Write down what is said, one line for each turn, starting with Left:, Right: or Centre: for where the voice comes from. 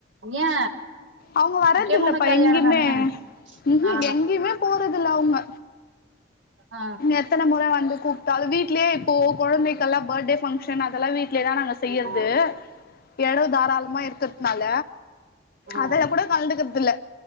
Right: ஏ
Left: அவங்க வரது
Right: முக்கியமான
Left: இல்லப்பா
Right: கல்யாணம்
Left: எங்கய்மே
Right: தான
Left: ம்ஹூ
Right: ஆ
Left: எங்கயுமே போறதில்ல அவுங்க
Right: ஆ
Left: எத்தன முற வந்து கூப்புட்டாலு வீட்லயே இப்போ கொழந்தைகெல்லா பர்டே ஃபங்க்ஷன் அதெல்லாம் வீட் ட்லேதா நாங்க செய்யறது
Right: ஆமா
Left: எடவு தாராள் அம்மா இருக்கற்துனால
Right: ஆ
Left: அதல கூட கலந்துக்குறதில்ல